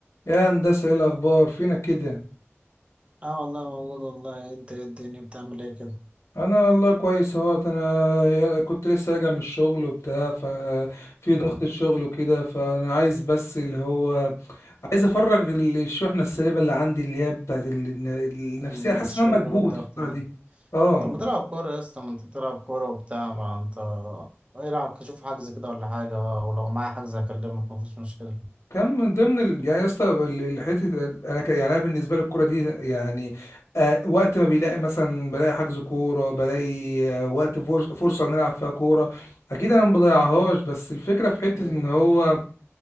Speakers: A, on the left (about 80°); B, on the right (about 25°).
A: يا هندسة ايه الأخبار فينا كده
B: اه والله موجود والله انت ايه الدنيا بتعمل ايه كده
A: أنا والله كويس اهوت أنا كنت لسه راجع من الشغل وبتاع ففي
B: مم.
A: ضغط الشغل وكده فأنا عايز بس اللي هو عايز أفرغ ال- الشحنة السلبية اللي عندي اللي هي بتاعت ال- الن- النفسية
B: مم.
A: حاسس
B: الشغل
A: إن أنا مكبوت
B: والضغط
A: الفترة
B: ده
A: دي اه
B: طب ما تلعب كورة يا اسطى ما انت بتلعب كورة وبتاع ما انت العب شوف حجز كده ولا حاجة ولو معايا حجز هكلمك مفيش مشكلة
A: كان من ضمن ال... يعني يا اسطى ال- ال- حته ال- انا ك... يعني انا بالنسبه لي الكوره دي يعني آه وقت ما بيلاقي مثلا بلاقي حجز كوره بلاقي آه وقت فرص... فرصه نلعب فيها كوره اكيد انا ما بضيعهاش بس الفكره في حته
B: مم.
A: ان هو